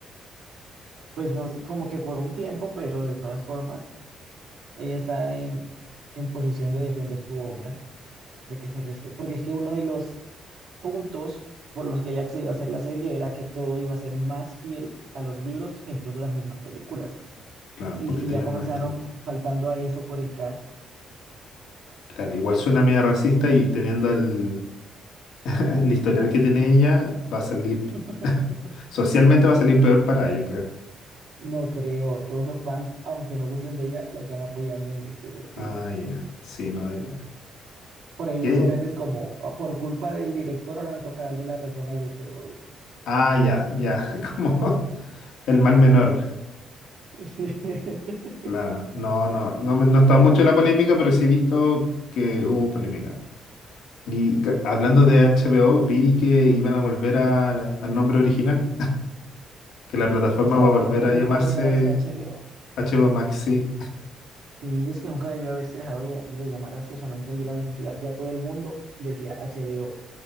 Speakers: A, on the right (about 75°); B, on the left (about 80°).
A: pues no sé, como que por un tiempo, pero de todas formas, ella está en, en posición de defender su obra. de que se respete, porque es que uno de los puntos por los que Jack se iba a hacer la serie era que todo iba a ser más fiel a los libros que incluso las mismas películas.
B: Claro,
A: Y
B: porque
A: si
B: tienen
A: ya comenzaron
B: más tiempo.
A: faltando a eso por el cast,
B: Claro, igual suena medio racista y teniendo el, <laughs> el historial que tiene ella, va a salir,
A: <laughs>
B: <laughs> socialmente va a salir peor para ella, creo.
A: no creo. Todos los fans, aunque no gusten de ella, la están apoyando en ese sentido.
B: Ah, ya, sí, no, ya.
A: Por ahí he
B: ¿Qué?
A: visto memes como, "Ah, por culpa del director, ahora me toca darle la razón a J.K. Rowling.
B: Ah, ya, ya, <laughs> como el mal menor.
A: <laughs>
B: Claro, no, no, no, me- no he estado mucho en la polémica, pero sí he visto que hubo polémica. Y ca- hablando de HBO, vi que iban a volver a- al nombre original, que la plataforma
A: O sea,
B: va a volver
A: otra
B: a
A: vez
B: llamarse
A: va a llamarse HBO.
B: HBO Max, sí.
A: Sí, es que nunca debió haberse dejado ya- de llamar así, o sea, no entendí la necesidad. Ya todo el mundo decía HBO.